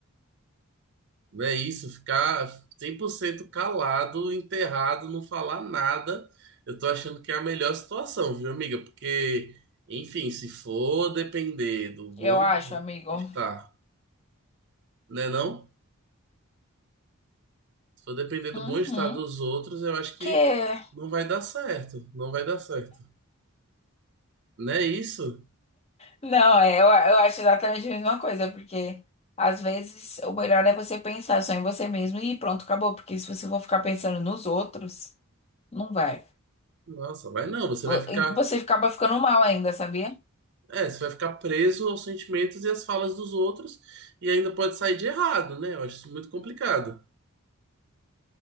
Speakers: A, on the right; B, on the left.
A: Não é isso, ficar 100% calado, enterrado, não falar nada. Eu tô achando que é a melhor situação, viu, amiga? Porque, enfim, se for depender do bom
B: Eu acho, amigo.
A: estar, né, não? Se for depender do
B: Uhum.
A: bom estar dos outros, eu acho que
B: Que.
A: não vai dar certo, não vai dar certo. Não é isso?
B: Não, é, eu, eu acho exatamente a mesma coisa, porque às vezes o melhor é você pensar só em você mesmo e pronto, acabou. Porque se você for ficar pensando nos outros, não vai.
A: Nossa, vai não, você
B: Vo-
A: vai ficar,
B: e Você acaba ficando mal ainda, sabia?
A: é, você vai ficar preso aos sentimentos e às falas dos outros e ainda pode sair de errado, né? Eu acho isso muito complicado.